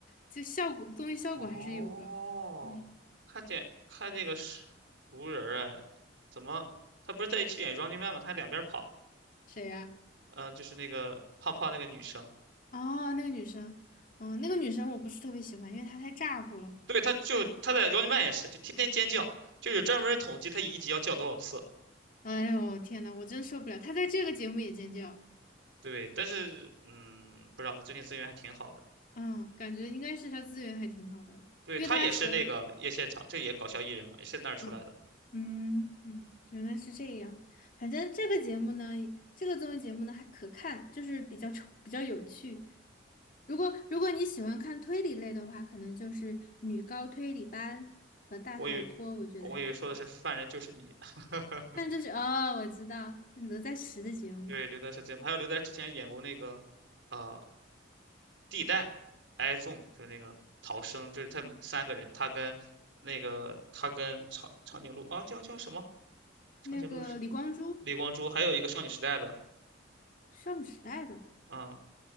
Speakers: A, on the left; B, on the right.
A: 就效果综艺效果还是有的。
B: 哦，
A: 嗯，
B: 看见看这个熟人儿哎，怎么他不是在一起演《Running Man》吗？他还两边跑，
A: 谁呀、
B: 呃，就是那个胖胖那个女生，
A: 哦，那个女生，嗯，那个女生我不是特别喜欢，因为她太咋呼了。
B: 对，他就他在《Running Man》也是，就天天尖叫，就有专门统计他一集要叫多少次。
A: 哎呦，天呐，我真受不了，她在这个节目也尖叫。
B: 对，但是嗯，不知道他最近资源还挺好的。
A: 嗯，感觉应该是他资源还挺好的，
B: 对，
A: 因为他和
B: 他也是那个夜现场，这也搞笑艺人嘛，也是那儿出来的。
A: 嗯嗯嗯，原来是这样。反正这个节目呢，这个综艺节目呢还可看，就是比较丑比较有趣。如果如果你喜欢看推理类的话，可能就是《女高推理班》和《大逃脱》，
B: 我以为我以为说的是犯人就是你。
A: 我觉得还可以。
B: <laughs>
A: 但这是哦，我知道是哪吒十的节目，
B: 对，刘在是最美，还有刘在石之前演过那个，呃，地带 i z o m 就是那个逃生，就是他们三个人，他跟那个他跟长长颈鹿啊，叫叫什么？长颈鹿是谁
A: 那个李光洙，
B: 李光洙，还有一个少女时代的，
A: 少女时代的
B: 嗯，